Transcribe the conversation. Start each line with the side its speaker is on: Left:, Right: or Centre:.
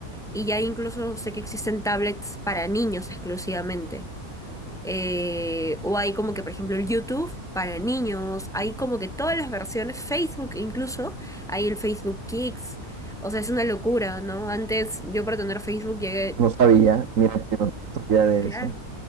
Centre: y ya incluso sé que existen tablets para niños exclusivamente. Eh, o hay como que, por ejemplo, el YouTube para niños, hay como que todas las versiones, Facebook incluso, hay el Facebook Kids. O sea, es una locura, ¿no? Antes yo para tener Facebook llegué,
Right: No sabía, mira que no sabía de
Centre: claro,
Right: eso.